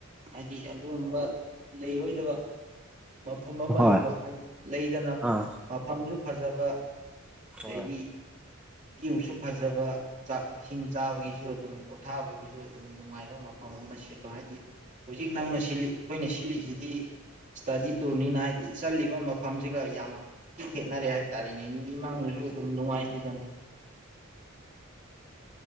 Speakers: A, on the right; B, in the centre.
A: ꯍꯥꯏꯗꯤ ꯑꯗꯨꯝꯕ ꯂꯩꯔꯣꯏꯗꯕ ꯃꯐꯝ ꯑꯃꯗꯀꯣ
B: ꯍꯣꯏ
A: ꯍꯥꯏꯗꯤ ꯂꯩꯗꯅ
B: ꯑꯥ
A: ꯃꯐꯝꯁꯨ ꯐꯖꯕ ꯑꯗꯩꯗꯤ
B: ꯍꯣꯏ
A: ꯕꯨꯏꯁꯨ ꯐꯖꯕ ꯆꯥꯛ ꯏꯁꯤꯡ ꯆꯥꯕꯒꯤꯁꯨ ꯑꯗꯨꯝ ꯄꯣꯊꯥꯕꯒꯤꯁꯨ ꯑꯗꯨꯝ ꯅꯨꯡꯉꯥꯏꯕ ꯃ ꯐꯝ ꯑꯃ ꯁꯤꯜꯂꯣ ꯍꯥꯏꯗꯤ ꯍꯧꯖꯤꯛ ꯅꯪꯅ ꯁꯤꯜꯂꯤ ꯑꯩꯈꯣꯏꯅ ꯁꯤꯜꯂꯤꯖꯤꯗꯤ ꯏ꯭ꯁꯇꯥꯗꯤ ꯇꯨꯔꯅꯤꯅ ꯍꯥꯏꯗꯤ ꯆꯠꯂꯤꯕ ꯃꯐꯝꯖꯤꯒ ꯌꯥꯝ ꯊꯤ ꯈꯦꯠꯅꯔꯦ ꯍꯥꯏꯇꯥꯔꯦꯅꯦ ꯃꯤꯃꯥꯡꯅꯁꯨ ꯑꯗꯨꯝ ꯅꯨꯡꯉꯥꯏꯇꯦꯗꯅ